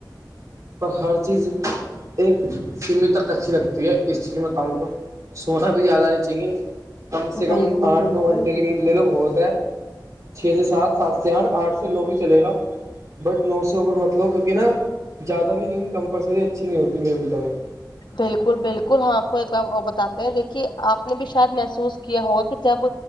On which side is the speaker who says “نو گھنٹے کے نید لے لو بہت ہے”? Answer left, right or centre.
Right